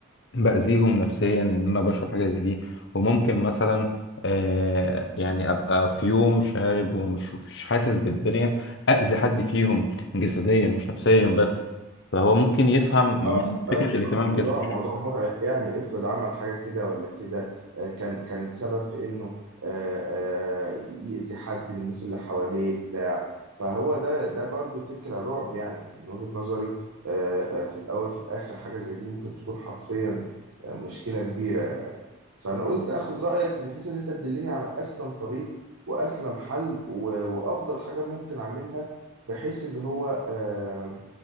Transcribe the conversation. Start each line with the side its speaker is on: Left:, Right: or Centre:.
Left: باذيهم نفسيا ان انا بشرب حاجه زي دي وممكن مثلا آه، يعني ابقى في يوم شارب ومش مش حاسس بالدنيا اذي حد فيهم جسديا مش نفسيا بس فهو ممكن يفهم من
Right: اه خد بالك
Left: فكره الاهتمام
Right: الموضوع
Left: كده
Right: موضوع مرعب يعني افرض عمل حاجه كده ولا كده آه، كان كانت سبب في انه آه، آه، يأذي حد من الناس اللي حواليه بتاع فهو ده ده برضو فكره رعب يعني من وجهه نظري آه، آه، في الاول في الاخر حاجه زي دي ممكن تكون حرفيا آه، مشكله كبيره فانا قلت اخد رايك بحيث ان انت تدلني على اسلم طريق واسلم حل و- وافضل حاجه ممكن اعملها بحيث اللي هو آه،